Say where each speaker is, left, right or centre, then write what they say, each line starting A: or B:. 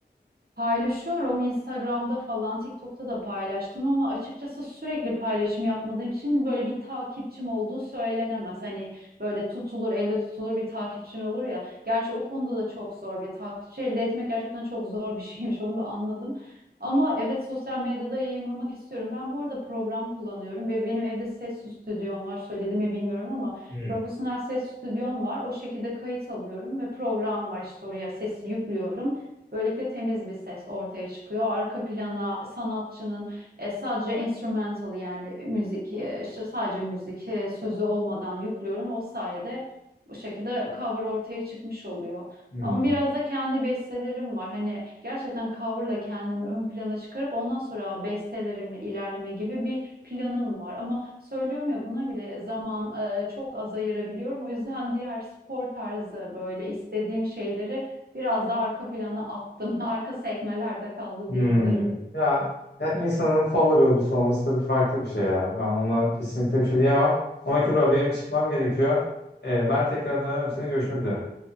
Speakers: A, on the right (about 60°); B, on the left (about 75°).
A: Paylaşıyorum Instagram'da falan TikTok'ta da paylaştım ama açıkçası sürekli paylaşım yapmadığım için böyle bir takipçim olduğu söylenemez. Hani böyle tutulur elde tutulur bir takipçin olur ya. Gerçi o konuda da çok zor ve takipçi elde etmek gerçekten çok zor bir <laughs> şeymiş onu da anladım. Ama evet sosyal medyada yayınlamak istiyorum. Ben bu arada program kullanıyorum ve benim evde ses stüdyom var. Söyledi mi bilmiyorum ama
B: Hmm.
A: profesyonel ses stüdyom var. O şekilde kayıt alıyorum ve program var işte oraya sesi yüklüyorum. Böylelikle temiz bir ses ortaya çıkıyor. Arka plana sanatçının e, sadece instrumental yani müzik e, işte sadece müzik e, sözü olmadan yüklüyorum. O sayede bu şekilde cover ortaya çıkmış oluyor.
B: Hmm.
A: Ama biraz da kendi bestelerim var. Hani gerçekten coverla kendimi ön plana çıkarıp ondan sonra bestelerimle ilerleme gibi bir planım var. Ama söylüyorum ya buna bile zaman e, çok az ayırabiliyorum. O yüzden diğer spor tarzı böyle istediğim şeyleri Biraz da arka plana attım. <laughs> Arka sekmelerde kaldı
B: Hmm.
A: diyebilirim.
B: Ya, ya insanın favori hobisi olması tabii farklı bir şey ya. Ben ona kesinlikle bir şey diyemem. Ama Kübra benim çıkmam gerekiyor. Ee, ben tekrardan önemli görüşmek üzere.